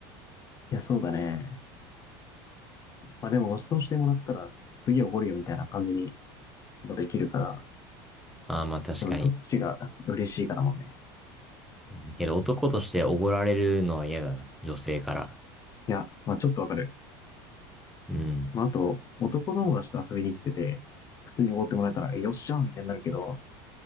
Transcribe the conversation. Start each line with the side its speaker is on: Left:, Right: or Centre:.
Left: ー、いや、そうだね。まあでもご馳走してもらったら、次おごるよみたいな感じにもできるから、
Centre: ああ、まあ確かに。
Left: でもどっちが嬉しいかだもんね。
Centre: だけど男としておごられるのは嫌だな。女性から。
Left: いや、まあちょっとわかる。
Centre: うん。
Left: まあ、あと、男友達と遊びに行ってて、普通におごってもらえたら、えよっしゃーみたいになるけど、